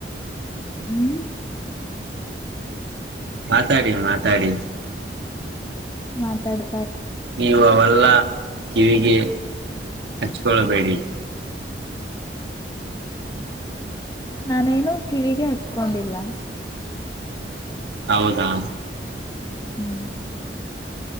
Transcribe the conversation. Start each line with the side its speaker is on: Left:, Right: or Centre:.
Left: ಹ್ಮ್.
Right: ಮಾತಾಡಿ ಮಾತಾಡಿ.
Left: ಮಾತಾಡು.
Right: ನೀವು ಅವೆಲ್ಲ ಕಿವಿಗೆ. ಹಚ್ಕೊಳ್ಬೇಡಿ.
Left: ನಾನೇನು ಕಿವಿಗೆ ಹಚ್ಕೊಂಡಿಲ್ಲ.
Right: ಹೌದಾ.
Left: ಹ್ಮ್.